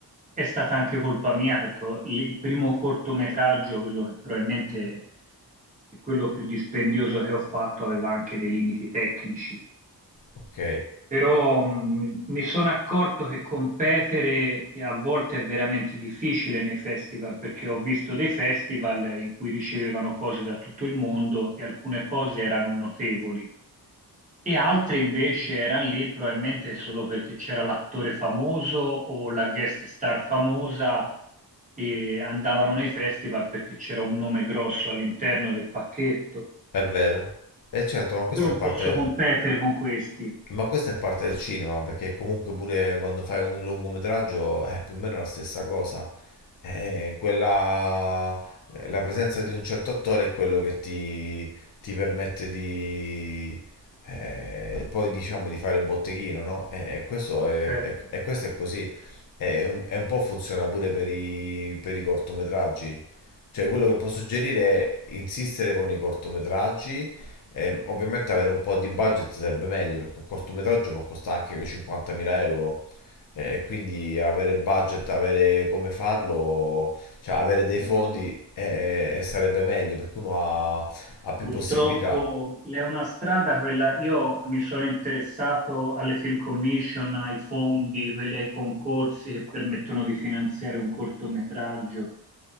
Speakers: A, on the right (about 20°); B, on the left (about 55°).
A: è stata anche colpa mia, perché ho- il primo cortometraggio, quello che probabilmente è quello più dispendioso che ho fatto, aveva anche dei limiti tecnici
B: Ok,
A: però mh, mi sono accorto che competere a volte è veramente difficile nei festival, perché ho visto dei festival in cui ricevevano cose da tutto il mondo e alcune cose erano notevoli e altre invece erano lì probabilmente solo perché c'era l'attore famoso o la guest star famosa e andavano nei festival perché c'era un nome grosso all'interno del pacchetto.
B: è vero. E certo, ma questa
A: Io non
B: è parte...
A: posso competere con questi,
B: Ma questa è parte del cinema, perché comunque pure quando fai un lungometraggio è più o meno la stessa cosa. Eh, quella- la presenza di un certo attore è quello che ti, ti permette di, eh, poi diciamo di fare botteghino, no? E questo è,
A: certo.
B: è- e questo è così. E un, e un po' funziona pure per i, per i cortometraggi. Cioè, quello che posso suggerire è insistere con i cortometraggi. ehm, ovviamente avere un po' di budget sarebbe meglio perché un cortometraggio può costare anche 50.000 euro. eh, E quindi avere budget, avere come farlo, cioè avere dei
A: No.
B: fondi eh, eh, sarebbe meglio perché uno ha, ha più
A: Purtroppo
B: possibilità.
A: è una strada quella, io mi sono interessato alle film commission, ai fondi, quelli ai concorsi che permettono di finanziare un cortometraggio,